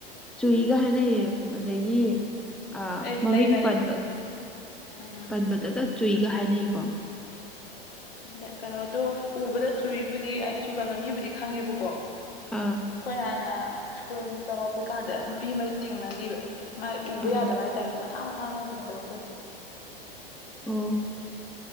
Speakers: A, in the centre; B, on the left (about 75°).
A: ꯆꯨꯏꯒ ꯍꯥꯏꯅꯩꯌꯦ ꯑꯗꯒꯤ ꯑꯥ
B: ꯑꯦ
A: ꯃꯃꯤꯡ
B: ꯂꯩꯕꯅꯦ
A: ꯄꯕ
B: ꯎꯝ
A: ꯄꯟꯕꯗꯇ ꯆꯨꯏꯒ ꯍꯥꯏꯅꯩꯀꯣ
B: ꯑ ꯀꯩꯅꯣꯗꯣ ꯎꯕꯗ ꯆꯨꯔꯤꯕꯕꯨꯗꯤ ꯍꯥꯏꯗꯤ ꯆꯨꯒꯟꯕ ꯃꯤꯕꯨꯗꯤ ꯈꯪꯉꯦꯕꯀꯣ ꯑꯩꯈꯣꯏ
A: ꯑ
B: ꯍꯥꯟꯅ ꯁ꯭ꯀꯨꯜ ꯇꯝꯃꯛꯛꯄꯩ ꯀꯥꯟꯗ ꯅꯨꯄꯤ ꯑꯃ ꯊꯦꯡꯅꯈꯤꯕ ꯃꯥ ꯎꯕ
A: ꯑ
B: ꯌꯥꯗꯕ ꯍꯥꯏꯇꯥꯔꯦ ꯃꯊꯥ ꯃꯊꯥꯗ ꯄꯨꯝꯈꯠꯂꯛꯇꯣꯏ
A: ꯑꯣ